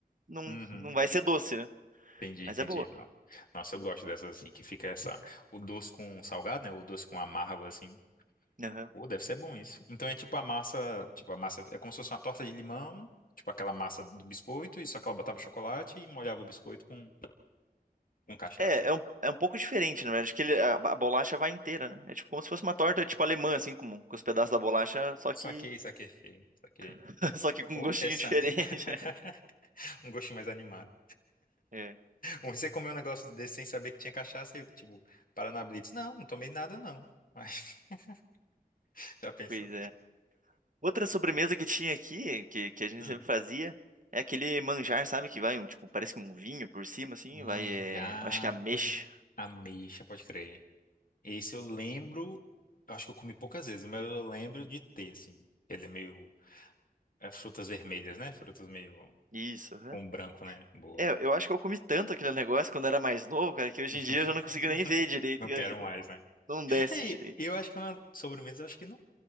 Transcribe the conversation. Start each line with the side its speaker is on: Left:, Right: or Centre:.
Right: não,
Left: Uhum.
Right: não vai ser doce, né?
Left: Entendi,
Right: Mas
Left: entendi.
Right: é boa.
Left: Não. Nossa, eu gosto dessas assim, que fica essa, o doce com salgado, né? O doce com amargo, assim.
Right: Aham.
Left: Pô, deve ser bom isso. Então é tipo a massa, tipo a massa, é como se fosse uma torta de limão, tipo aquela massa do biscoito, e só que ela botava chocolate e molhava o biscoito com, com cachaça.
Right: É,
Left: né?
Right: é um, é um pouco diferente, na verdade, porque ele- a, a bolacha vai inteira, né? É tipo como se fosse uma torta, tipo alemã, assim, com, com os pedaços da bolacha, só
Left: Saquei,
Right: que,
Left: saquei, saquei. saquei.
Right: <laughs> só que com
Left: Pô,
Right: um gostinho
Left: interessante.
Right: diferente.
Left: <laughs>
Right: <laughs>
Left: Um gostinho mais animado.
Right: É,
Left: Ou você comeu um negócio desse sem saber que tinha cachaça e, tipo, Paraná Blitz. Não, não tomei nada não. Mas <laughs> já pensou.
Right: pois é. Outra sobremesa que tinha aqui, que, que a gente
Left: Hum.
Right: sempre fazia, é aquele manjar, sabe? Que vai, um, tipo, parece um vinho por cima, assim,
Left: Manjar,
Right: vai, é, eu acho que é ameixa.
Left: tô lig- ameixa, pode crer. Esse eu lembro, eu acho que eu comi poucas vezes, mas eu lembro de ter, assim. Ele é meio As frutas vermelhas, né? Frutas meio
Right: Isso, aham.
Left: com branco, né? Boa.
Right: É, eu acho que eu comi tanto aquele negócio quando era mais novo, cara, que hoje
Left: <laughs>
Right: em dia eu já não consigo nem ver direito,
Left: Não
Right: cara,
Left: quero
Right: que não,
Left: mais, né?
Right: não desce
Left: É,
Right: direito.
Left: E eu acho que é uma sobremesa, acho que não,